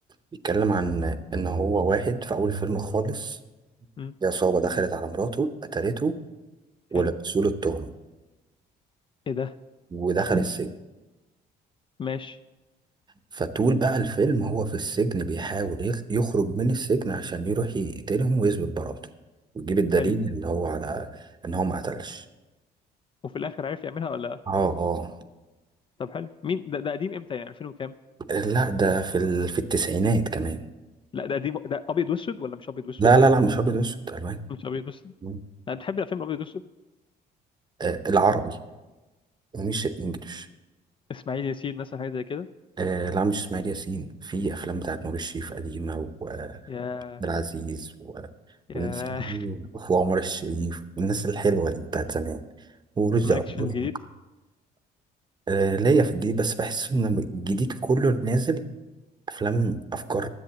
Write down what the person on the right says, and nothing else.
بيتكلم عن إن هو واحد في أول فيلم خالص
في عصابة دخلت على مراته قتلته ولبسوا
له التهمة
ودخل السجن
فطول بقى الفيلم هو في السجن بيحاول يخ- يخرج من السجن عشان يروح يقتلهم ويثبت براءته ويجيب الدليل
اللي هو على ان هو ما قتلش
اه اه
لا ده في ال... في التسعينات كمان
لا لا لا مش ابيض واسود الوان
مم.
آه العربي ومش الانجليش
آه لا مش اسماعيل ياسين في افلام بتاعت نور الشريف قديمه وعبد
العزيز و...
والناس اللي هي- وعمر الشريف والناس الحلوه دي بتاعت زمان ورشدي
اباظة
آه، ليا في الجديد بس بحس ان الجديد كله نازل افلام افكار